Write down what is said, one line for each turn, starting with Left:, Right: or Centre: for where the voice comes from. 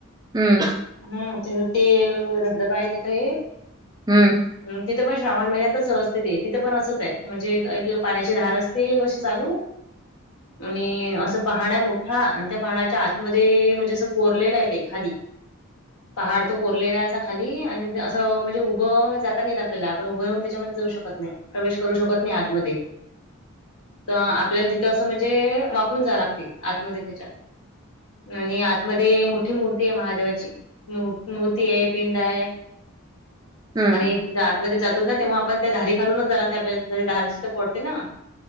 Right: अं
Left: हम्म ते तिथे धबधबा आहे तिथे हे
Right: हम्म
Left: हम्म्म तिथं पण श्रावण महिन्यातच असते ते तिथं पण असंच आहे म्हणजे एक पाण्याची धार असते अशी चालू आणि असं पहाड आहे मोठा आणि त्या पहाडाच्या आतमध्ये म्हणजे असं कोरलेलं आहे ते खाली
Right: <inaudible>
Left: पहाड तो कोरलेला आहे असा खाली आणि अस म्हणजे उभं जाता येत नाहीेत आपल्याला पण आपण उभं राऊन त्याच्यामध्ये जाऊ शकत नाही. प्रवेश करू शकत नाही आतमध्ये. तर आपल्याला तिथं असं म्हणजे वाकून जाव लागते आतमध्ये त्याच्यात आणि आत मध्ये मोठी मूर्ती आहे महादेवाची मू मूर्ती आहे पिंड आहे
Right: हम्म
Left: आणि तिथ आतमध्ये जातो ना तेव्हा आपण ते धारी खालूनच जायला लागत आपल्याला तर धारच तर पडते ना.